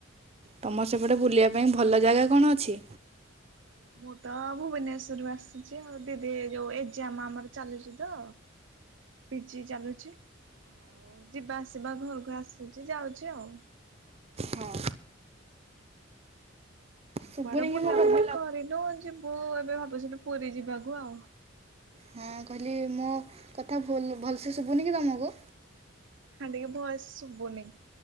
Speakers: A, on the right (about 30°); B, on the right (about 65°).
A: ତମ ସେପଟେ ବୁଲିଆ ପାଇଁ ଭଲ ଜାଗା କଣ ଅଛି।
B: ମୁଁ ତ ଭୁବନେଶ୍ଵରରୁ ଆସୁଚି ଆଉ ଦିଦି ଯୋଉ ଏଗଜାମ ଆମର ଚାଲିଚି ତ ପିଜିି ଚାଲୁଚି ଆଉ ଯିବା ଆସିବା ଘରକୁ ଆସୁଚି ଯାଉଚି ଆଉ।
A: ହଁ ଶୁଭୁନି
B: କୁଆରେ ବୁଲାବୁଲି
A: କି ମୋ କଥା?
B: କରିନୁ ଯିବୁ ଏବେ ଭାବୁଥିଲୁ ପୁରୀ ଯିବାକୁ ଆଉ।
A: ହଁ କହିଲି ମୋ କଥା ଭୁଲ୍ ଭଲସେ ଶୁଭୁନି କି ତମକୁ?
B: ହାଁ ଟିକେ ଭୟସ ଶୁବୁନି।